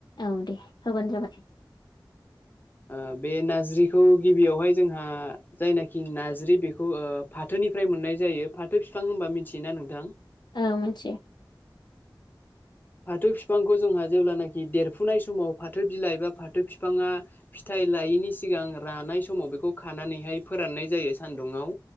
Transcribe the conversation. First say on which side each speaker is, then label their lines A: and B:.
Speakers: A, on the left; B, on the left.
A: औ दे होबानो जाबाय
B: ओ बे नाज्रिखौ गिबियावहाय जोंहा जायनाखि नाज्रि बेखौ ओ फाथोनिफ्राय मोन नाय जायो फाथो फिफां होनबा मिनथियो ना नोंथां?
A: ओ मोनसियो।
B: फाथो फिफांखौ जोंहा जेब्लानाखि देरफुनाय समाव फाथो बिलाइ बा फाथो फिफाङा फिथाइ लायैनि सिगां रानाय समाव बेखौ खानानैहाय फोराननाय जायो सान्दुङाव